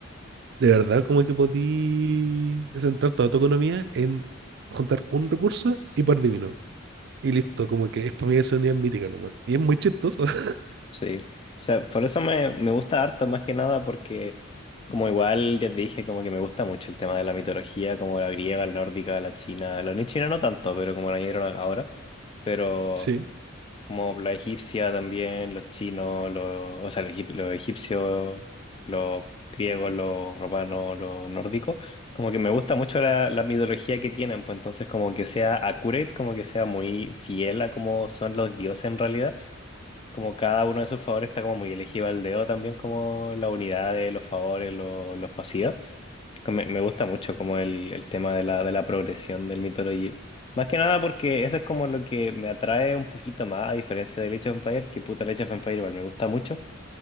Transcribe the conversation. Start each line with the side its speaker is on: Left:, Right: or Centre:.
Right: de verdad, como que podí centrar toda tu economía en juntar un recurso y par de vino. Y listo, como que es para mí esa unidad mítica nomás. Y es muy chistoso. <laughs>
Left: Sí, o sea, por eso me, me gusta harto, más que nada, porque como igual ya te dije, como que me gusta mucho el tema de la mitología, como la griega, la nórdica, la china, la ni china no tanto, pero como la añadieron ahora, pero
Right: Sí,
Left: como la egipcia también, los chinos, los, o sea, los, egip- los egipcios, los griegos, los romanos, los nórdicos, como que me gusta mucho la, la mitología que tienen, pues entonces como que sea accurate, como que sea muy fiel a cómo son los dioses en realidad. Como cada uno de sus favores está como muy elegido al dedo también, como la unidad de los favores, lo- los pasivos. Que Me, me gusta mucho como el, el tema de la, de la progresión del Mythology. Más que nada porque eso es como lo que me atrae un poquito más, a diferencia de Age of Empires, que puta el Age of Empires igual me gusta mucho,